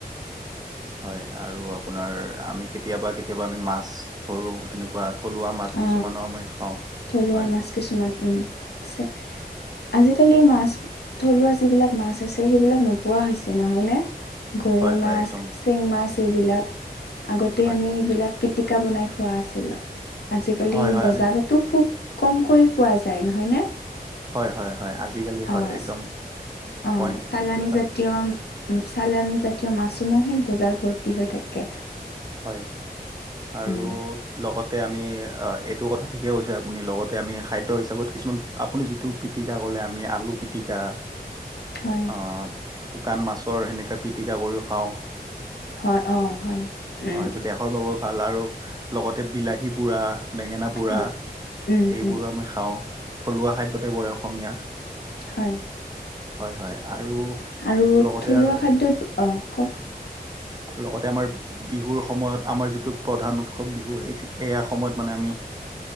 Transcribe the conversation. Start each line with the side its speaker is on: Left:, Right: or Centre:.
Right: <inaudible> হয় আৰু আপোনাৰ, আমি কেতিয়াবা কেতিয়াবা আমি মাছ ধৰোঁ এনেকুৱা, থলুৱা মাছ
Left: অ
Right: কিছুমানো আমি খাওঁ।
Left: থলুৱা
Right: হয়
Left: মাছ কিছুমান উম, আছে। আজিকালি মাছ থলুৱা যিবিলাক মাছ আছে সেইবিলাক নোপোৱা হৈছে নহয়নে? গৰৈ
Right: হয়
Left: মাছ,
Right: হয় একদম
Left: চেং মাছ এইবিলাক আগতে
Right: হয়
Left: আমি এইবিলাক পিটিকা বনাই খোৱা আছিলোঁ। আজিকালি
Right: হয় হয়
Left: বজাৰতো
Right: আমি
Left: খুব কমকৈ পোৱা যায় নহয়নে।
Right: হয় হয় হয় আজিকালি
Left: অ',
Right: হয় একদম
Left: অ',
Right: পইণ্ট
Left: চালানী
Right: এইটো এটা।
Left: জাতীয় চালানী জাতীয় মাছসমূহে বজাৰ ভৰ্তি হৈ থাকে।
Right: হয়। আৰু,
Left: উম,
Right: লগতে আমি এইটো কথা ঠিকে কৈছে আপুনি লগতে আমি খাদ্য হিচাপত কিছুমান আপুনি যিটো পিটিকা ক'লে আমি আলু পিটিকা
Left: হয়,
Right: আহ, শুকান মাছৰ হেনেকে পিটিকা কৰিও খাওঁ।
Left: হয় অ', হয়। উম,
Right: অঁ', এইটো দেহৰ বাবেও ভাল আৰু লগতে বিলাহী পুৰা বেঙেনা পোৰা
Left: অ', উম,
Right: এইবোৰো
Left: উম,
Right: আমি খাওঁ থলুৱা খাদ্যতে পৰে অসমীয়া।
Left: হয়।
Right: হয় হয় আৰু
Left: আৰু
Right: লগতে
Left: থলুৱা
Right: আৰু
Left: খাদ্যত অ', কওক <unintelligible>
Right: লগতে আমাৰ বিহুৰ সময়ত আমাৰ যিটো প্ৰধান উৎসৱ বিহু সেই এয়া সময়ত মানে আমি